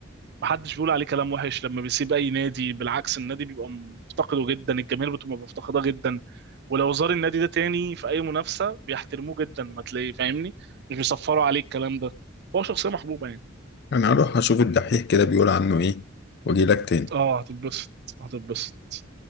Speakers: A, on the right (about 55°); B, on the left (about 55°).
A: ما حدش بيقول عليه كلام وحش لما بيسيب اي نادي بالعكس النادي بيبقى مفتقده جدا الجماهير بتبقى مفتقده جدا ولو زار النادي ده تاني في اي منافسه بيحترموه جدا ما تلاقيه فاهمني مش بيصفروا عليه الكلام ده هو شخصيه محبوبه يعني
B: انا هروح اشوف الدحيح كده بيقول عنه ايه واجي لك تاني
A: اه هتتبسط هتتبسط